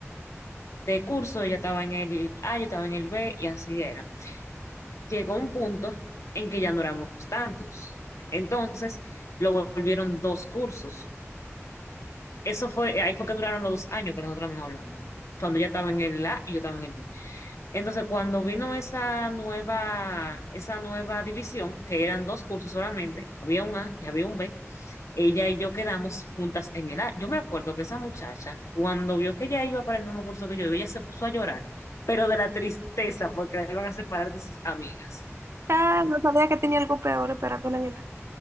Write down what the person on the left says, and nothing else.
de curso, ella estaba en el A, yo estaba en el B y así era. llegó un punto en que ya no éramos tantos. Entonces, lo volvieron dos cursos. Eso fue, ahí fue que duraron los dos años que nosotros no hablamos. Cuando ya estaba en el A y yo estaba en el B. Entonces, cuando vino esa nueva, esa nueva división, que eran dos cursos solamente, había un A y había un B, ella y yo quedamos juntas en el A. Yo me acuerdo que esa muchacha, cuando vio que ella iba para el mismo curso que yo, ella se puso a llorar, pero de la tristeza, porque la iban a separar de sus amigas.